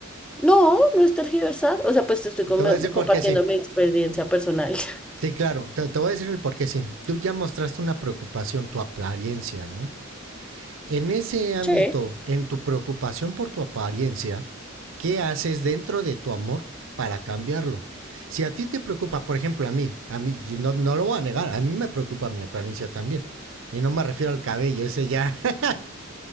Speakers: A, in the centre; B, on the right.
A: No, no es tergiversar. O sea, pues te estoy com-
B: Te voy a decir
A: compartiendo
B: por qué sí.
A: mi experiencia personal. <laughs>
B: Sí, claro, te, te voy a decir el por qué sí. Tú ya mostraste una preocupación, tu apariencia, ¿no? En ese ámbito,
A: Sí.
B: en tu preocupación por tu apariencia, ¿qué haces dentro de tu amor para cambiarlo? Si a ti te preocupa, por ejemplo, a mí, a mí, no, no lo voy a negar, a mí me preocupa mi apariencia también. Y no me refiero al cabello, ese ya <laughs>